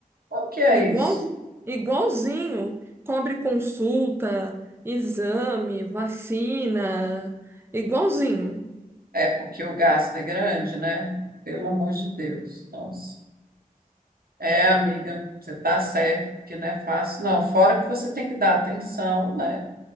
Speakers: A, on the right (about 85°); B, on the right (about 15°).
A: Como que é
B: igual,
A: isso?
B: igualzinho, cobre consulta, exame, vacina, igualzinho.
A: É porque o gasto é grande, né? Pelo amor de Deus. Nossa. É, amiga, você está certo, que não é fácil, não. Fora que você tem que dar atenção, né?